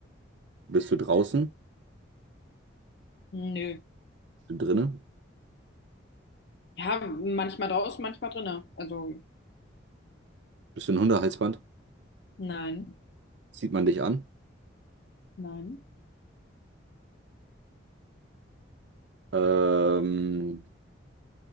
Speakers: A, on the right; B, on the left.
A: Bist du draußen?
B: nö.
A: Bist du drinnen?
B: Ja, manchmal draußen, manchmal drinne. Also,
A: Bist du ein Hundehalsband?
B: nein,
A: Sieht man dich an?
B: nein,
A: Ähm,